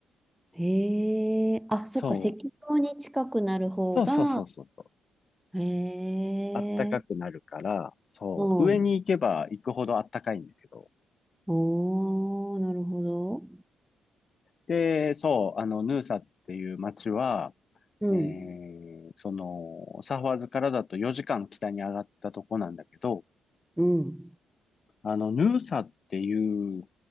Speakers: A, in the centre; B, on the left.
A: へえ、あ、そっか、
B: そ
A: 赤道に近くなる方が、
B: う、そうそうそうそうそう。
A: へえ、
B: あったかくなるから、そう、
A: うん。
B: 上に行けば行くほどあったかいんだけど。
A: おー、なるほど。
B: で、そう、あの、ヌーサっていう街は、
A: うん、
B: えーその、サファーズからだと4時間北に上がったとこなんだけど、
A: うん、
B: あの、ヌーサっていう